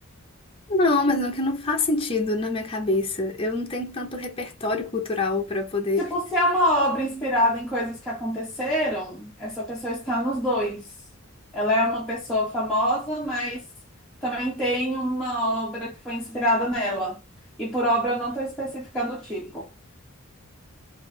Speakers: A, on the left (about 25°); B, in the centre.
A: não, mas não que não faz sentido na minha cabeça. Eu não tenho tanto repertório cultural para poder.
B: Tipo, se é uma obra inspirada em coisas que aconteceram, essa pessoa está nos dois. Ela é uma pessoa famosa, mas também tem uma obra que foi inspirada nela. E por obra eu não estou especificando o tipo.